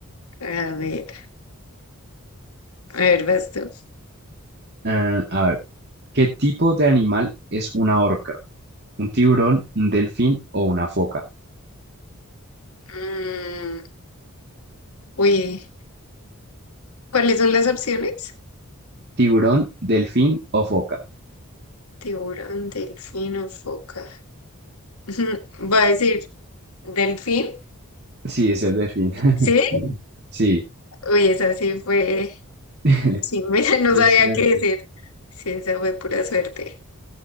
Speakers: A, on the left (about 80°); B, on the right (about 50°).
A: A ver, a ver, vas tú.
B: Eh, a ver, ¿qué tipo de animal es una orca? ¿Un tiburón, un delfín o una foca?
A: Mm, uy, ¿cuáles son las opciones?
B: ¿Tiburón, delfín o foca?
A: Tiburón, delfín o foca. <laughs> Voy a decir delfín,
B: Sí, es el delfín. <laughs>
A: ¿sí?
B: Sí.
A: Uy, esa sí fue.
B: <laughs>
A: Sí, <laughs> mira, no
B: Es
A: sabía
B: suerte.
A: qué decir. Sí, esa fue pura suerte.